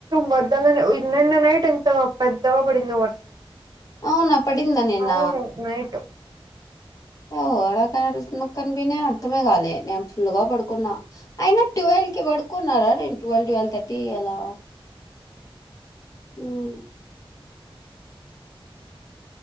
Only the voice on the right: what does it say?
వర్దలనే నిన్న నైట్ ఎంత పెద్దగ పడిందో వర్షం
అవును నైట్